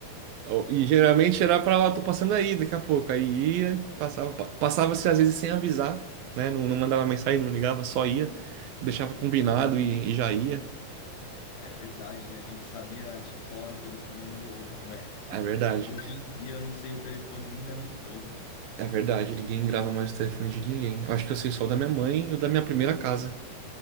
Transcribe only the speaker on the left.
É verdade, a gente sabia de cor o telefone um do outro, né?
Hoje em dia eu não sei o telefone nem da minha esposa.